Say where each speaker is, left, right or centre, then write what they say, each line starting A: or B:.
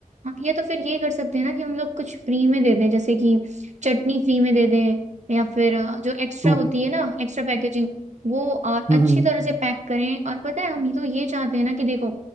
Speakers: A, on the right (about 55°); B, on the right (about 25°).
A: हाँ, या तो फिर ये कर सकते हैं ना कि हम लोग कुछ फ्री में दे दें जैसे कि चटनी फ्री में दे दें या फिर अ, जो एक्स्ट्रा
B: टू
A: होती है ना एक्स्ट्रा पैकेजिंग वो और
B: हम्म
A: अच्छी
B: हम्म हम्म।
A: तरह से पैक करें और पता है हम ये तो ये चाहते हैं ना कि देखो